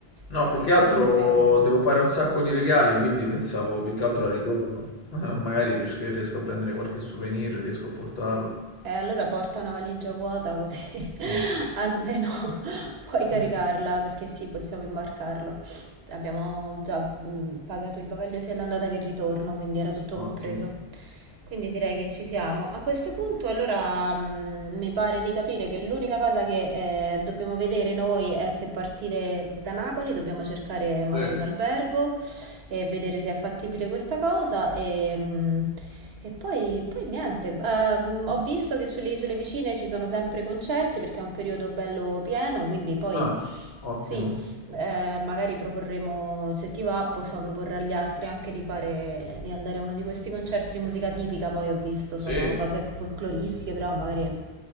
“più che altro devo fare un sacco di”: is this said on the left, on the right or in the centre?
Left